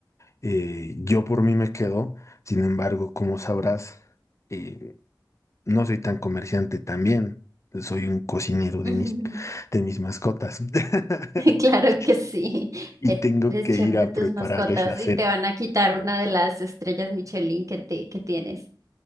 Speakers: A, on the left; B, on the right.
A: Eh, yo por mí me quedo, sin embargo, como sabrás, eh, No soy tan comerciante también. Soy un cocinero
B: <laughs>
A: de mis, de mis mascotas. <laughs>
B: Claro que sí.
A: Y
B: Eres
A: tengo que
B: chef
A: ir
B: de
A: a
B: tus
A: prepararles
B: mascotas
A: la cena.
B: y te van a quitar una de las estrellas Michelin que, te, que tienes.